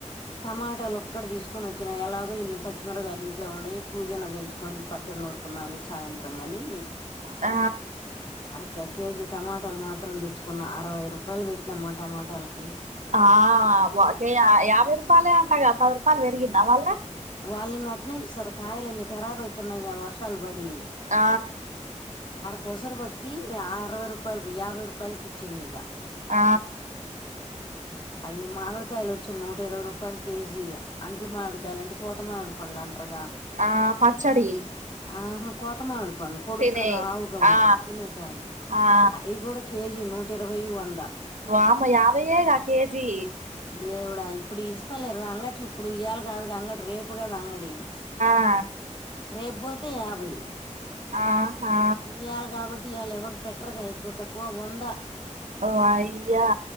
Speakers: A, on the left; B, on the right.
A: టమాటాలు ఒక్కడ తీసుకొని వచ్చినా ఎలాగో ఇన్ని పచ్చిమిరగాయలు ఇంట్లో ఉండయి పుదీనా తెంచుకొని పచ్చడి నూరుకుందాలి సాయంత్రం గని
B: ఆ
A: ఇంక కేజీ టమాటాలు మాత్రం తెచ్చుకున్న అరవై రూపాయలు పెట్టినామ్మా టమాటాలకి
B: ఆ ఒకకే యాభై రూపాయలే అంటాగా పది రూపాయలు పెరిగింద మల్ల
A: వాళ్ళింగ అట్నే ఇస్తారు కాయలున్ని కరాబ్ అయితున్నాయి వర్షాలు పడి
B: ఆ
A: కొసరుబట్టి అరవై రూపాయలు యాభై రూపాయలకి ఇచ్చింది ఇగ
B: ఆ
A: అయ్య మామిడికాయలు వచ్చు నూట ఇరవై రూపాయలు కేజీ అంట్లు మామిడికాయ కోత మామిడి పండ్లు అంటరు కదా
B: ఆ పచ్చడి
A: ఆహా ముత్త మామిడి పండ్లు పొడుగగా
B: తినే
A: లావుగా
B: ఆ
A: ఉంటాయి
B: ఆ
A: తినేకాయలు
B: ఆ ఆ
A: అవి కూడా కేజీ నూట ఇరవై వంద
B: వామో యాభై ఎగ కేజీ
A: దేవుడా ఇప్పుడు ఇస్తలే రా అంగట్లు ఇప్పుడు ఇయ్యాలి కాదు అంగడి రేపు కదా అంగడి
B: ఆ
A: రేపుపోతే యాభై
B: ఆహా
A: ఇయ్యాలి కాబట్టి ఇయళ ఎవరు ఎక్కువ తక్కువ వంద
B: వయ్యా